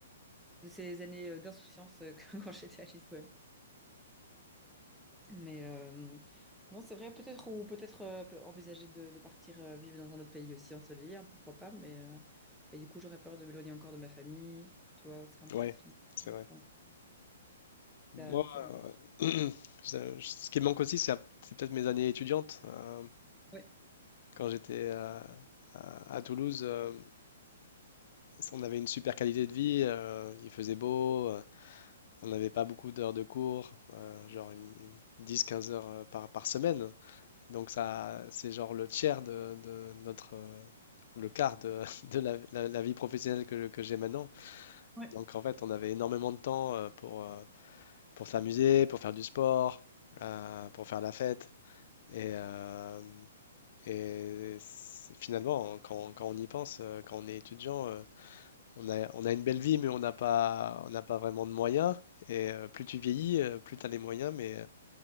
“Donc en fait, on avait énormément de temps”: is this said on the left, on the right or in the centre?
Left